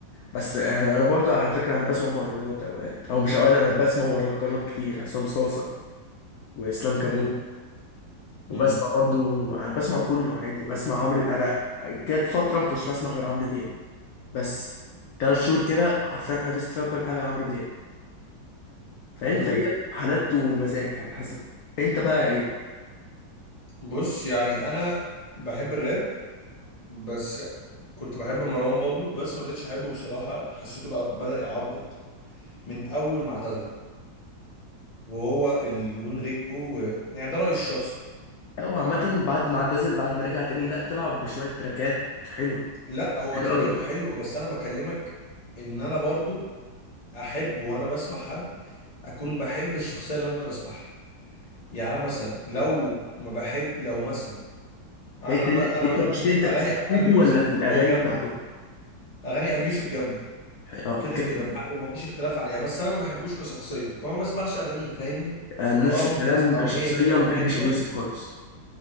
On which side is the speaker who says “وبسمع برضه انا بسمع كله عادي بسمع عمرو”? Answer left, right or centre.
Left